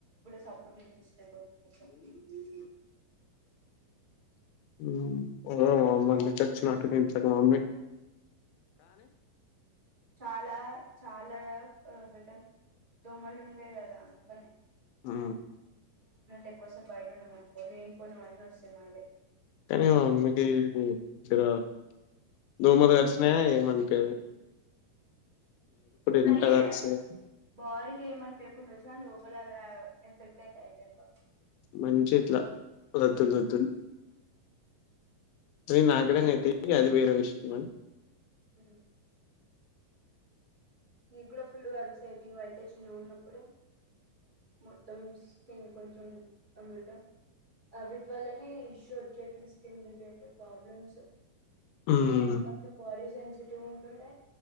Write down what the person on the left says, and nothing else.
ఉమ్మ్ పోగల వామ్మ అంది చచ్చినట్ ప్రతీ ఇంట్ల గవర్నమెంట్
ఆ
కానీ మమ్మీకి కు ఇడ దోమ కరిచినయి ఏమంటే ఎంత
కరుస్తదో
మంచి ఇట్లా రద్దులు రద్దులు నే నాగడంగా అయితే అది వేరే విషయం <unintelligible>
హ్మ్.